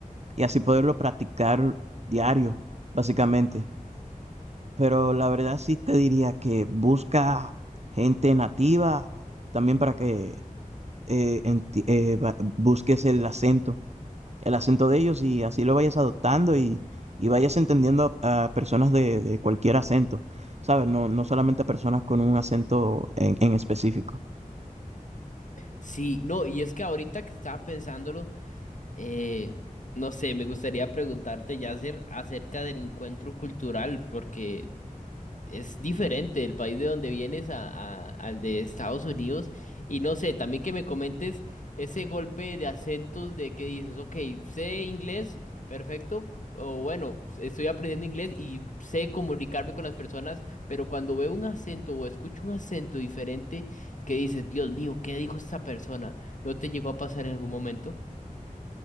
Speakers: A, on the right; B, on the left.
A: y así poderlo practicar diario, básicamente. Pero la verdad sí te diría que busca gente nativa también para que eh, enti- eh, va- busques el acento, el acento de ellos y así lo vayas adoptando y, y vayas entendiendo a, a personas de, de cualquier acento, ¿sabes? No, no solamente a personas con un acento en en específico.
B: Sí, no, y es que ahorita que estaba pensándolo, eh, no sé, me gustaría preguntarte, Yasser, acerca del encuentro cultural, porque es diferente el país de donde vienes a, a- al de Estados Unidos. Y no sé, también que me comentes ese golpe de acentos de que dices, ok, sé inglés, perfecto. O bueno, s- estoy aprendiendo inglés y sé comunicarme con las personas, pero cuando veo un acento o escucho un acento diferente, que dices, Dios mío, ¿qué dijo esta persona? ¿No te llegó a pasar en algún momento?